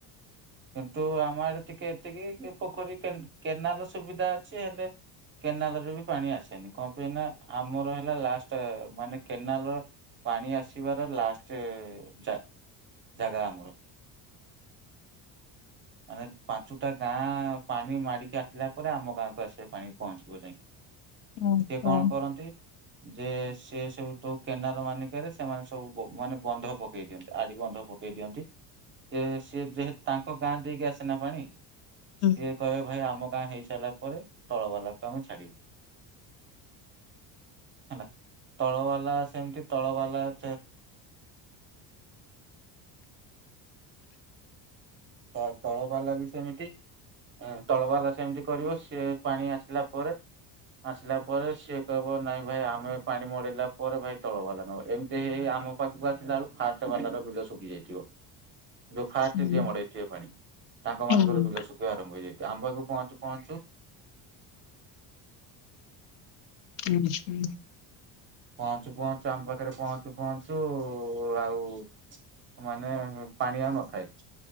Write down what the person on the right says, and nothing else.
କିନ୍ତୁ ଆମ ଆଡେ ଟିକେ ଏତିକି କି ପୋଖରୀ କେ କେନାଲ ସୁବିଧା ଅଛି ହେଲେ କେନାଲ ରେ ବି ପାଣି ଆସେନି। କଣ ପାଇଁ ନା ଆମର ହେଲା ଲାଷ୍ଟ ମାନେ କେନାଲ ପାଣି ଆସିବାର ଲାଷ୍ଟ ଜା ଜାଗା ଆମର। ମାନେ ପାଞ୍ଚୁଟା ଗାଁ ପାଣି ମାଡିକି ଆସିଲା ପରେ ଆମ ଗାଁକୁ ଆସ ପାଣି ପହଞ୍ଚିବ ଯାଇକି।
ସିଏ କଣ କରନ୍ତି ଯେ ସେ ସବୁ ତୋ କେନାର ମାନିକାରେ ସେମାନେ ସବୁ ମାନେ ବନ୍ଧ ପକେଇ ଦିଅନ୍ତି। ଆଡି ବନ୍ଧ ପ ପକେଇ ଦିଅନ୍ତି। ଯେ ସ ଯେହତୁ ତାଙ୍କ ଗାଁ ଦେଇକି ଆସେନା ପାଣି,
ସିଏ କହିବେ ଭାଇ ଆମ ଗାଁ ହେଇ ସରିଲା ପରେ ତଳବାଲାକୁ ଆମେ ଛାଡ଼ିବୁ। ହେଲା। ତଳ ବାଲା ସେମିତି ତଳ ବାଲା <inaudible> ତ ତଳ ବାଲା ବି ସେମିତି ତଳବାଲା ସେମିତି କରିବ। ସିଏ ପାଣି ଆସିଲା ପରେ ଆସିଲା ପରେ ସିଏ କହିବ ନାଇଁ ଭାଇ ଆମେ ପାଣି ମଡେଇଲା ପରେ ଭାଇ ତଳ ବାଲା ନବ। ଏମିତି ହେଇ ହେଇ ଆମ ପାଖକୁ ଆସିଲା ବେଳକୁ ଫାଷ୍ଟ ବାଲାର ବିଲ ଶୁଖି ଯାଇଥିବ। ଯୋଉ ଫାଷ୍ଟ
ଯିଏ ମଡେଇଥିବେ ପାଣି, ତାଙ୍କ
ମାନଙ୍କର ବିଲ ଶୁଖିବା ଆରମ୍ଭ ହେଇଯାଇ ଆମ ପାଖକୁ ପହଞ୍ଚୁ ପହଞ୍ଚୁ
ପହଞ୍ଚୁ ପହଞ୍ଚୁ, ଆମ ପାଖରେ ପହଞ୍ଚୁ ପହଞ୍ଚୁ ଆଉ ମାନେ ପାଣି ଆଉ ନଥାଏ।